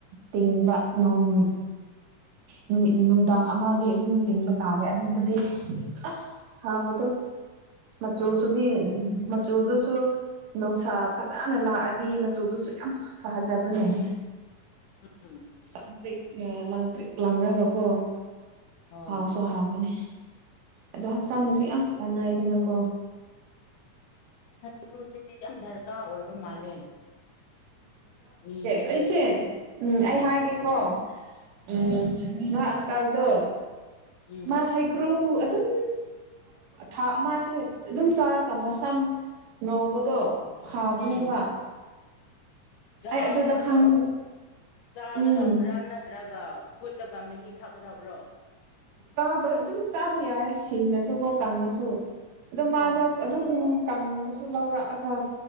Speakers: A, on the right; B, on the left.
A: ꯇꯤꯡꯕ ꯅꯣꯡ ꯅꯨꯃꯤꯠ ꯅꯨꯡꯗꯥꯡ ꯑꯃꯗꯤ ꯑꯗꯨꯝ ꯇꯤꯡꯕ ꯇꯥꯔꯦ ꯑꯗꯨꯗꯗꯤ ꯑꯁ ꯍꯥꯎꯕꯗꯣ ꯃꯆꯨ
B: ꯑꯣ
A: ꯁꯤ ꯃꯆꯨꯗꯨꯁꯨ ꯅꯨꯡꯁꯥ ꯐꯖꯅ ꯂꯥꯛꯑꯗꯤ ꯃꯆꯨꯗꯨꯁꯨ ꯌꯥꯝ ꯐꯖꯕꯅꯦꯅꯦ
B: ꯎꯝ
A: ꯁꯪꯇ꯭ꯔꯤꯛ ꯂꯪꯇ꯭ꯔꯤꯛ ꯂꯪꯉꯒꯀꯣ
B: ꯍꯣꯏ
A: ꯍꯥꯎꯁꯨ ꯍꯥꯎꯕꯅꯦ ꯑꯗꯣ ꯍꯛꯆꯥꯡꯗꯁꯨ
B: ꯐꯩꯌꯦꯅꯦ
A: ꯌꯥꯝ ꯀꯥꯟ ꯅꯥꯏꯗꯅꯀꯣ
B: ꯎꯝ ꯍꯩꯈꯔꯨ ꯁꯦ ꯌꯥꯝ ꯗꯔꯀꯥꯔ ꯑꯣꯏꯕ ꯃꯥꯜꯂꯦ ꯃꯤ
A: ꯑꯩꯆꯦ ꯎꯝ ꯑꯩ ꯍꯥꯏꯒꯦꯀꯣ ꯎꯝ ꯅꯣꯏ ꯑꯪꯀꯜꯗꯣ
B: ꯎꯝ
A: ꯃꯥ ꯍꯩꯒ꯭ꯔꯨ ꯑꯗꯨꯝ ꯊꯥ ꯑꯃꯁꯥꯁꯦ ꯑꯗꯨꯝ ꯆꯥꯔ ꯃꯁꯝ ꯉꯧꯕꯗꯣ ꯐꯥꯕꯅꯦꯕ
B: ꯎꯝ ꯆꯥꯒꯗ
A: ꯑꯩ ꯑꯗꯨꯗ ꯈꯪꯕ
B: ꯆꯥꯒꯗꯧꯕ꯭ꯔꯥ
A: ꯎꯝ
B: ꯅꯠꯇ꯭ꯔꯒ ꯐꯨꯠꯂꯒ ꯃꯍꯤ ꯊꯛꯀꯗꯕ꯭ꯔꯣ
A: ꯆꯥꯕ ꯑꯗꯨꯝ ꯆꯥꯕ ꯌꯥꯏ ꯍꯤꯡꯉꯁꯨꯀꯣ ꯀꯪꯉꯁꯨ ꯑꯗꯣ ꯃꯥꯗꯣ
B: ꯑꯣ
A: ꯑꯗꯨꯝ ꯀꯥꯡꯕꯁꯨ ꯂꯧꯔꯛꯑꯒ